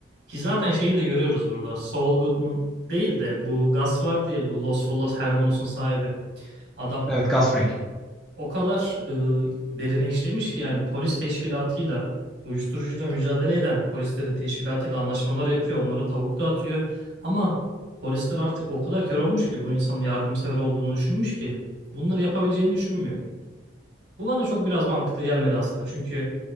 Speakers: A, on the right (about 55°); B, in the centre.
A: Ki zaten şeyi de görüyoruz burada. Saul Goodman değil de bu Gus vardı ya bu Los Feliz Hermanos'un sahibi. Adam
B: Evet gas ring.
A: yani o kadar e, derine işlemiş ki yani polis teşkilatıyla uyuşturucuyla mücadele eden polislerin teşkilatıyla anlaşmalar yapıyor. Onlara tavuk dağıtıyor. Ama polisler artık o kadar kör olmuş ki bu insanın yardımsever olduğunu düşünmüş ki bunları yapabileceğini düşünmüyor. Bu bana çok biraz mantıklı gelmedi aslında. Çünkü